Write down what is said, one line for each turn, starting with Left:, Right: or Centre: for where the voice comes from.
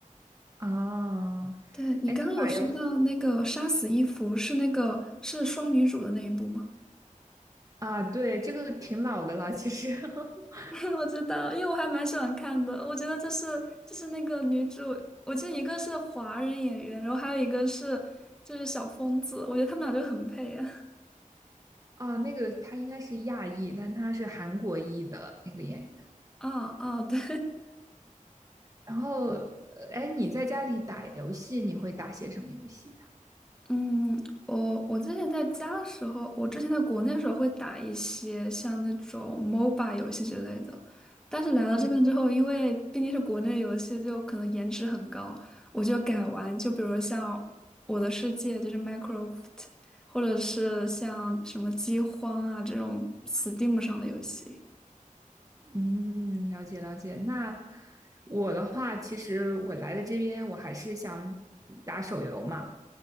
Right: 啊，
Centre: 对，你刚刚有说到那个杀死伊芙是那个是双女主的那一部吗？
Right: 哎，你打游啊？对，这个挺老的了，其实 <laughs>
Centre: <laughs> 我知道，因为我还蛮喜欢看的。我觉得这是就是那个女主，我记得一个是华人演员，然后还有一个是就是小疯子，我觉得他们俩就很配啊。
Right: 啊，那个他应该是亚裔，但他是韩国裔的那个演员。
Centre: <laughs> 哦哦，对，
Right: 然后，呃哎，你在家里打游戏，你会打些什么游戏呀？
Centre: 嗯，我我之前在家的时候，我之前在国内的时候会打一些像那种 MOBA 游戏之类的，但是来到这边之后，
Right: 嗯嗯
Centre: 因为毕竟是国内游戏，就可能颜值很高，我就改玩，
Right: 嗯
Centre: 就比如像《我的世界》就是 Minecraft，或者是像什么《饥荒》啊这种 Steam 上的游戏
Right: 嗯，了解了解。那我的话，其实我来的这边，我还是想打手游嘛，